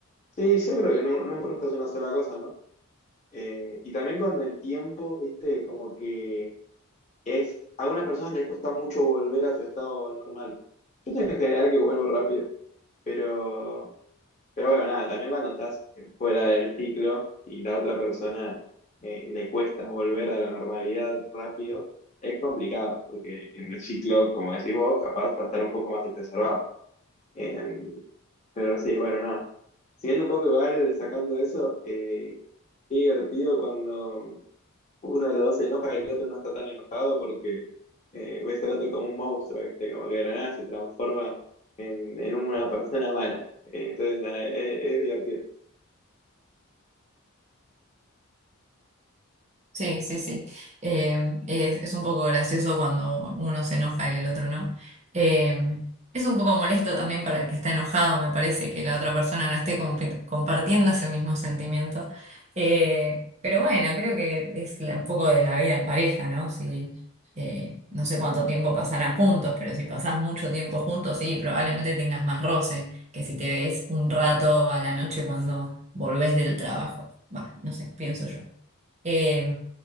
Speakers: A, on the left; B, on the right.
A: sí, yo creo que no, no- nunca es una sola cosa, ¿no? Eh, y también con el tiempo, viste, como que es, a algunas personas les cuesta mucho volver a su estado normal. Yo tengo en general que vuelvo rápido, pero... Pero bueno, nada, también cuando estás fuera del ciclo y la otra persona eh, le cuesta volver a la normalidad rápido, es complicado, porque en el ciclo, como decís vos, capaz va a estar un poco más exacerbado. Eh, pero sí, bueno, nada. Siguiendo un poco igual, sacando eso, eh, qué divertido cuando uno de los dos se enoja y el otro no está tan enojado porque eh, ves al otro como un monstruo, ¿viste? Como que de la nada se transforma en, en una persona mala. Eh, entonces, nada, es es divertido.
B: Sí, sí, sí. Eh, es, es un poco gracioso cuando uno se enoja y el otro no. Eh, es un poco molesto también para el que está enojado, me parece, que la otra persona no esté compi- compartiendo ese mismo sentimiento. Eh, pero bueno, creo que es la- un poco de la vida en pareja, ¿no? Si, eh, no sé cuánto tiempo pasarán juntos, pero si pasás mucho tiempo juntos, sí, probablemente tengas más roce que si te ves un rato a la noche cuando volvés del trabajo. Va, no sé, pienso yo. Eh,